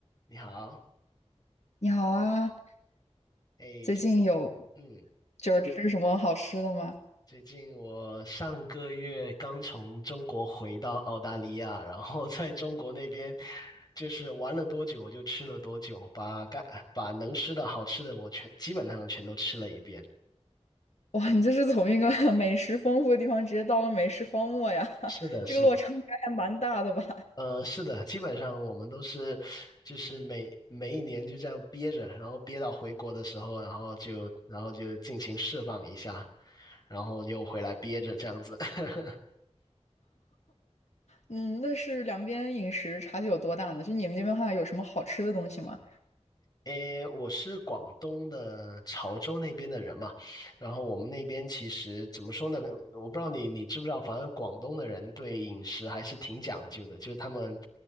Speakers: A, on the left; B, on the left.
A: 你好，
B: 你好啊，
A: 哎，
B: 最近有
A: 就嗯，
B: 就是吃什么好吃的吗？
A: 最近我上个月刚从中国回到澳大利亚，然后在中国那边就是玩了多久我就吃了多久，把该把能吃的好吃的我全基本上全都吃了一遍。
B: 哇，你这是从一个 <laughs> 美食丰富的地方直接到了美食荒漠呀，
A: 是的，
B: <laughs> 这个落差应该还蛮大的吧？
A: 是的，呃，是的，基本上我们都是就是每每一年就这样憋着，然后憋到回国的时候，然后就然后就尽情释放一下，然后又回来憋着这样子。<laughs>
B: 嗯，那是两边饮食差距有多大呢？就你们那边的话，有什么好吃的东西吗？
A: 诶，我是广东的潮州那边的人嘛，然后我们那边其实怎么说呢？我不知道你你知不知道，反正广东的人对饮食还是挺讲究的，就是他们